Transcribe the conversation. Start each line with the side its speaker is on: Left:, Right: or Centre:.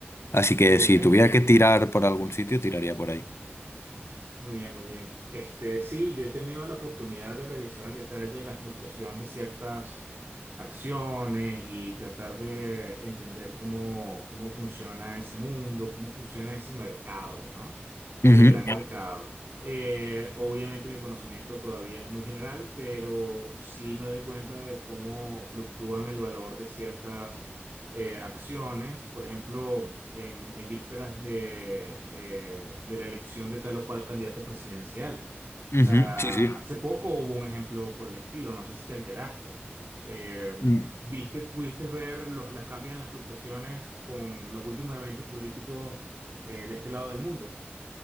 Left: Así que
Right: Muy bien.
Left: si tuviera que tirar por algún sitio, tiraría por ahí.
Right: Muy bien, muy bien. Este, sí, yo he tenido la oportunidad de revisar en detalle la fluctuación de ciertas acciones y tratar de entender cómo, cómo funciona ese mundo, cómo funciona ese mercado, ¿no?
Left: Ujú,
Right: El gran mercado. Eh, obviamente mi conocimiento todavía es muy general, pero sí me doy cuenta de cómo fluctúan el valor de ciertas eh, acciones, por ejemplo, en, en vísperas de, eh, de la elección de tal o cual candidato presidencial. O
Left: ujú.
Right: sea,
Left: Sí, sí.
Right: hace poco hubo un ejemplo por el estilo, no sé si te enteraste. Eh,
Left: Mm.
Right: ¿viste, pudiste ver los, los cambios en las fluctuaciones con los últimos eventos políticos eh, de este lado del mundo?